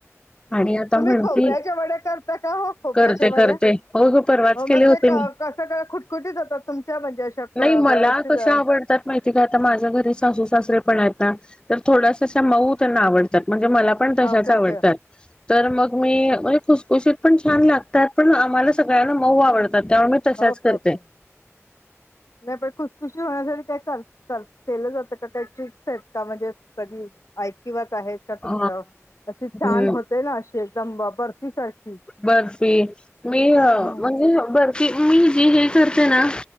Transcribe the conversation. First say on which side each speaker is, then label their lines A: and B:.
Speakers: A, on the left; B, on the left.
A: तुम्ही
B: आणि आता म्हणती
A: खोबऱ्याच्या वड्या करता का हो खोबऱ्याच्या
B: करते
A: वड्या.
B: करते हो ग परवाच
A: हो म
B: केले होते
A: ते क
B: मी
A: कसं का खुटखुटीच होतात तुमच्या म्हणजे अशा क
B: नाही मला
A: व्यवस्थित
B: कशा
A: अ
B: आवडतात माहिती का आता माझ्या घरी सासू सासरे पण आहेत ना तर थोडसा अशा मऊ त्यांना आवडतात म्हणजे मला पण तश्याच
A: ओके
B: आवडत्यात,
A: ओके
B: तर मग मी, म्हणजे खुसखुशीत पण छान लागतात. पण आम्हाला सगळ्यांना मऊ आवडतात. तेव्हा मी तशाच
A: ओके
B: करते
A: ओके, नाय पण खुसखुशीत होण्यासाठी काय कर कर केलं जातं का, काही ट्रिक्स आहेत का म्हणजे कधी ऐकिवात आहेत. का तुमच्या,
B: अ
A: अशी छान
B: हम्म
A: होते ना अशी एकदम बर्फी सारखी.
B: बर्फी, मी म्हणजे
A: हं.
B: बर् की मी हे जे करते ना